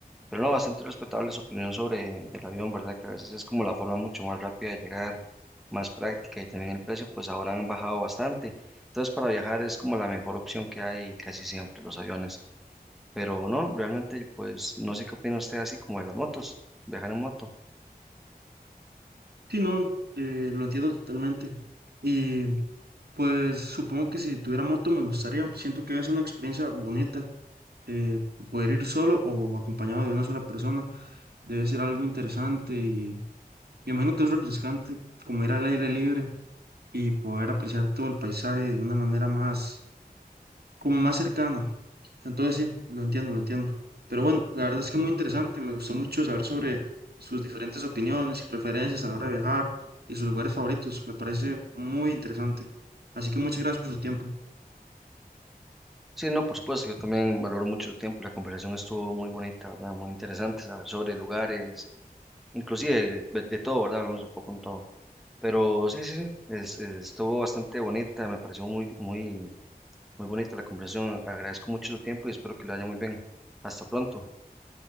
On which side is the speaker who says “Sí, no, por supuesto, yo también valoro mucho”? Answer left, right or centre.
Centre